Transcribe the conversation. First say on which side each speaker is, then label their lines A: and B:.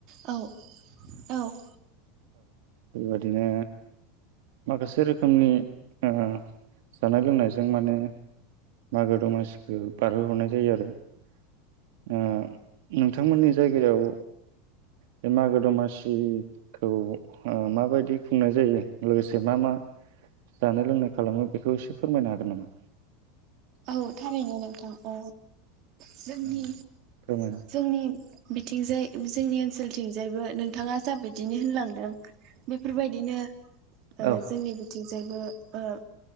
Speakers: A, on the right (about 55°); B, on the right (about 70°).
A: औ -औ-।
B: बेबादिनो माखासे रोखोम। रोखोमनि ओ जानाय लोंनायजों माने मागो दमासिखौ बारहोहरनाय जायो आरो। ओ नोंथांमोननि जायगायाव बे मागो दमासिखौ माबायदि खुंनाय जायो लोगोसे मा मा जानाय लोंनाय खालामो बेखौ एसे फोरमायनो हागोन नामा?
A: औ थारैनो नोंथां औ। जोंनि
B: औ फोरमायना
A: जोंनि। बिथिंजाय जोंनि ओनसोलथिंजायबो नोंथाङा जाबायदिनो होनलांदों‌। बेफोरबायदिनो। ओ
B: औ
A: जोंनि। आथिंजायबो ओ